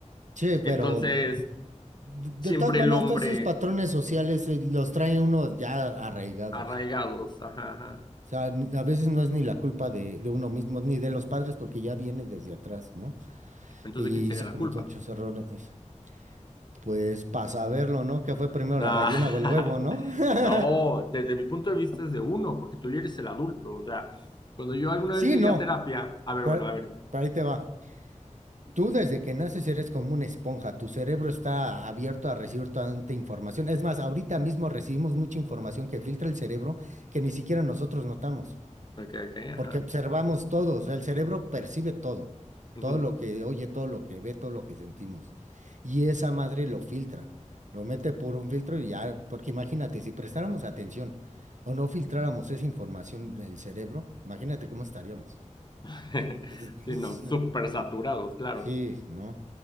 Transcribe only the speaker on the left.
Entonces,
siempre
el hombre
arraigados, ajá, ajá.
Entonces,
¿de quién sería
la
culpa?
Ah,
<laughs>
no,
desde mi punto de vista es de uno, porque tú ya eres el adulto. O sea, cuando yo alguna
vez llegué
a terapia, a ver,
bueno, a ver.
Ok, ok,
ajá.
Ujú.
<laughs>
Sí, no, súper saturados, claro.